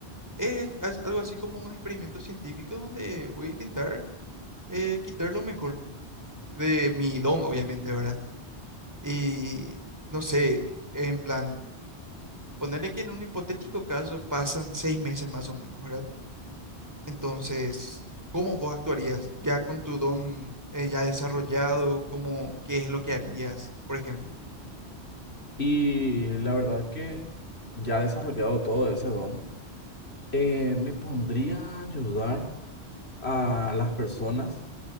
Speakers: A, on the right; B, on the left.
A: Es as- algo así como un experimento científico donde voy a intentar eh, quitar lo mejor de mi don, obviamente, ¿verdad? Y no sé, en plan, ponerle que en un hipotético caso pasan seis meses más o menos, ¿verdad? Entonces, ¿cómo vos actuarías ya con tu don eh, ya desarrollado? ¿Cómo, qué es lo que harías, por ejemplo?
B: Y la verdad que ya desarrollado todo ese don, eh, me pondría a ayudar a las personas